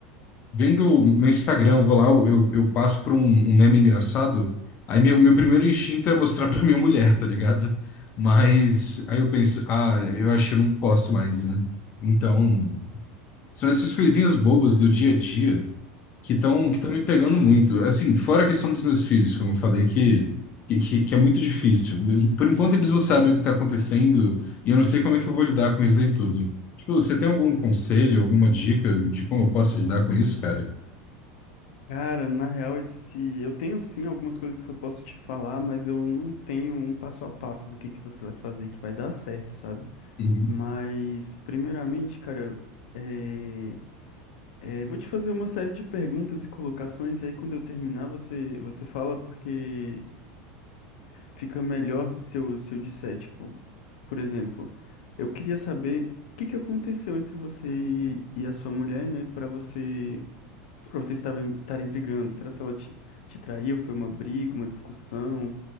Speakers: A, on the left (about 30°); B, on the left (about 80°).
A: vendo o meu Instagram, eu vou lá, eu, eu passo por um, um meme engraçado, aí meu, meu primeiro instinto é mostrar <laughs> pra minha mulher, tá ligado? Mas
B: uhum,
A: aí eu penso, ah, eu acho que eu não posso mais, né? Então. São essas coisinhas bobas do dia a dia que estão
B: uhum.
A: que estão me pegando muito. Assim, fora a questão dos meus filhos, como eu falei, que, que, que que é muito difícil. Por enquanto eles não sabem o que está acontecendo e eu não sei como é que eu vou lidar com isso aí tudo. Tipo, você tem algum conselho, alguma dica de como eu posso lidar com isso, cara?
B: Cara, na real, esse... eu tenho sim algumas coisas que eu posso te falar, mas eu não tenho um passo a passo do que que você vai fazer que vai dar certo, sabe?
A: Uhum.
B: Mas, primeiramente, cara, é... é, vou te fazer uma série de perguntas e colocações, e aí quando eu terminar, você, você fala, porque fica melhor se eu, se eu disser, tipo. Por exemplo, eu queria saber o que que aconteceu entre você e, e a sua mulher, né, para você, para vocês estarem estarem brigando. Será que ela te, te traiu? Foi uma briga, uma discussão?